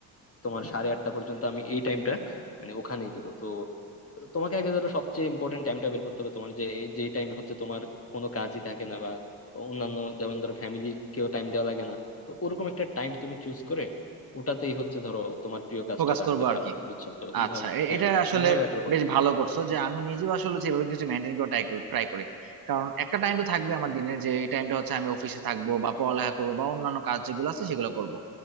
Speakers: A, on the left (about 30°); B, on the right (about 50°).
A: তোমার সাড়ে আটটা পর্যন্ত আমি এই টাইমটা মানে ওখানেই দিব তো তোমাকে আগে ধরো সবচেয়ে ইম্পর্টেন্ট টাইমটা বের করতে হবে তোমার যে এই যে টাইমে হচ্ছে তোমার কোনো কাজই থাকে না বা অন্যান্য যেমন ধরো ফ্যামিলিকেও টাইম দেওয়া লাগে না তো ওরকম একটা টাইম তুমি চুজ করে ওটাতেই হচ্ছে ধরো তোমার প্রিয় কাজটা
B: ফোকাস
A: রাখতে
B: করবো
A: পারো
B: আর কি
A: আর কি বুঝছো তো এইভাবে
B: আচ্ছা এ-
A: হ্যাঁ
B: এটা
A: হ্যাঁ
B: আসলে
A: ওভাবে আসলে করতে
B: বেশ
A: পারো
B: ভালো করছো যে আমি নিজেও আসলে সেভাবে কিছু মেনটেন করে ট্রাই করি try করি। কারণ একটা টাইম তো থাকবে আমার দিনের যে টাইমটা হচ্ছে আমি অফিসে থাকবো বা পড়ালেখা করবো বা অন্যান্য কাজ যেগুলো আছে সেগুলো করব।